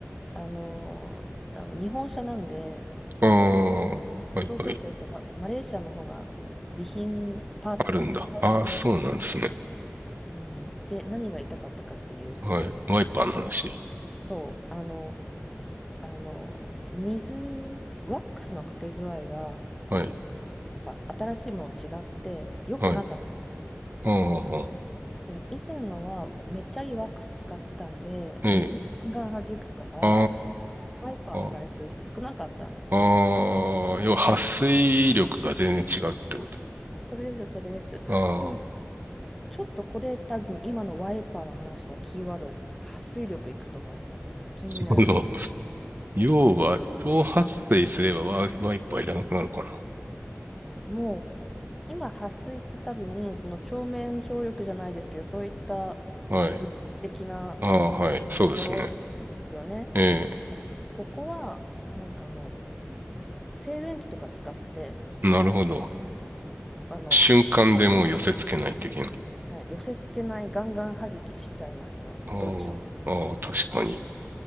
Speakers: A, in the centre; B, on the right (about 45°).
A: あの、あの日本車なんで、
B: ああ、
A: あ、
B: はいはい。
A: そうするとやっぱマ、マレーシアの方が備品、パーツいっぱいあるんですよ。
B: あるんだ。ああ、そうなんですね。
A: うん、で、何が痛かったかっていうと、
B: はい。ワイパーの話。
A: あそう、あの、あの、水、ワックスのかけ具合が、
B: はい。
A: やっぱ新しいもの違って良くなかったんですよ。
B: はい。ああ、
A: でも以前のはめっちゃいいワックス使ってたんで、
B: ええ、
A: 水バンガン弾くから、
B: あ
A: ワイパーの回数少なかったんですよ。
B: あ、ああ、要は、撥水力が全然違うってこと。
A: それです、それです。撥水
B: ああ、
A: ちょっとこれ多分今のワイパーの話のキーワード、撥水力いくと思い気になると思います。
B: なるほど。要は、
A: うん、
B: 超撥水すればワイ、ワイパーいらなくなるか
A: もう今、撥水って多分その鏡面表力じゃないですけど、そういったあの物理的なあのものですよね。
B: な。はい。ああ、はい。そうですね。え
A: ここはなんかあの静電気とか使って
B: え、なるほど。
A: あの、
B: 瞬間でもう寄せ付けない的な。
A: はい寄せ付けないガンガン弾きしちゃいますのどうでしょうか
B: ああ、ああ、確かに。